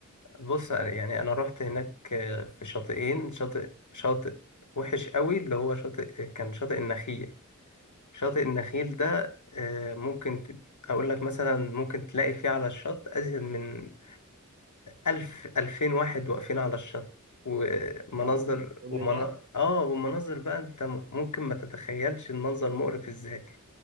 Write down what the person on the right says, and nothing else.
يا لهوي كل
ده